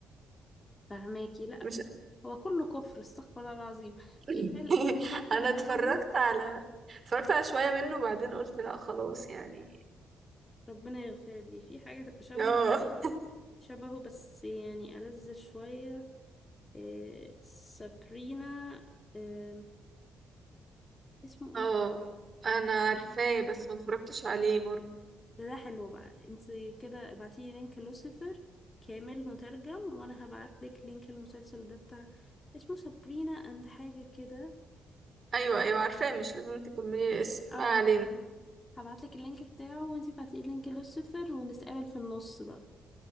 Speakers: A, on the left; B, on the right.
A: فهماكي لا
B: مش
A: هو كله كفر استغفر الله العظيم
B: <laughs>
A: في فيلم في
B: انا
A: مسلسل
B: اتفرجت
A: شبهه
B: على اتفرجت على شوية منه وبعدين قلت لا خلاص يعني
A: ربنا يغفر لي في حاجه شبه
B: اه
A: شبهه بس يعني ألذ شويه إيه سابرينا إيه
B: <laughs>
A: اسمه ايه
B: اه انا عارفاه بس ما اتفرجتش عليه برضه
A: ده ده حلو بقى انت كده ابعتيلي لينك لوسيفر كامل مترجم وانا هبعتلك لينك المسلسل ده بتاع اسمه سابرينا اند حاجة كده
B: ايوه ايوه عارفاه مش لازم تكملي الاسم
A: اه
B: ما علينا
A: هبعتلك اللينك بتاعه وانتي ابعتيلي لينك لوسيفر ونتقابل في النص بقى